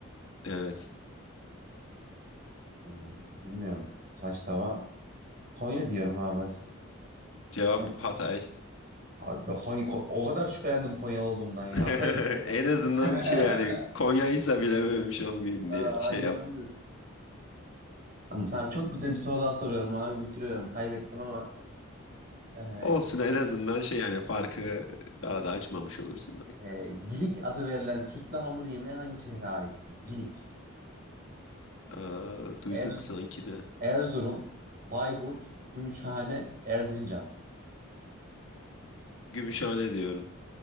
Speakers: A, on the left (about 70°); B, on the right (about 45°).
A: Evet.
B: Hmm, bilmiyorum. Saç tava. Konya diyorum abi hadi.
A: Cevap
B: Konya.
A: Hatay.
B: Abi ben Konya, Ko- o kadar şüphelendim Konya olduğumdan ya.
A: <laughs>
B: Hatay diyecektim
A: En
B: biliyor
A: azından
B: musun? <laughs>
A: şey yani Konya'ysa bilememiş olmayayım diye
B: Aa,
A: şey
B: aynen
A: yaptım.
B: aynen. Tamam, sana çok güzel bir soru daha soruyorum abi. Bitiriyorum. Kaybettim ama. e,
A: Olsun en azından şey yani farkı daha da açmamış olursun. belki.
B: e, Gilik adı verilen sütlü hamur yemeği hangi şehre aittir? Gilik.
A: Aa, duyduk
B: Erz
A: sanki de.
B: Erzurum, Bayburt, Gümüşhane, Erzincan.
A: Gümüşhane diyorum.